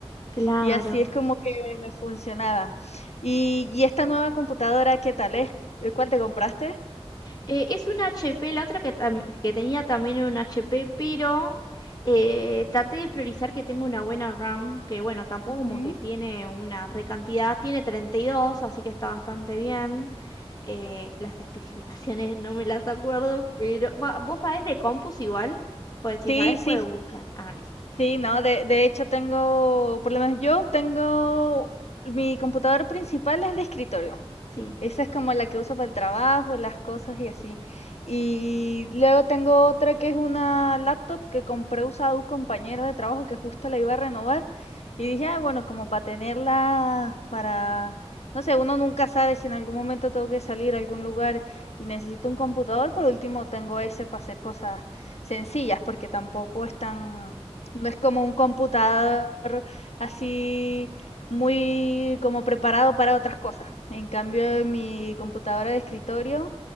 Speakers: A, on the left (about 35°); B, on the left (about 85°).
A: claro.
B: Y así es como que me funcionaba. Y y esta nueva computadora, ¿qué tal es? ¿Eh, ¿Cuál te compraste?
A: Eh, es un HP, la otra que, tam- que tenía también era un HP, pero eh, traté de priorizar que tenga una buena RAM, que bueno, tampoco
B: Ujú.
A: como que tiene una recantidad, tiene 32, así que está bastante bien. Eh, las especificaciones <laughs> no me las acuerdo, pero va, vos sabés de Compus igual, pues si
B: Sí,
A: sabés
B: sí,
A: puedo buscar. Ah, listo.
B: sí, no, de de hecho tengo, por lo menos yo tengo mi computador principal es de escritorio.
A: Sí.
B: Esa es como la que uso para el trabajo, las cosas y así. Y luego tengo otra que es una laptop que compré usada a un compañero de trabajo que justo la iba a renovar. Y dije, ah, bueno, como para tenerla para, no sé, uno nunca sabe si en algún momento tengo que salir a algún lugar y necesito un computador. Por último, tengo ese para hacer cosas sencillas, porque tampoco es tan, no es como un computador así muy como preparado para otras cosas. En cambio, mi computadora de escritorio,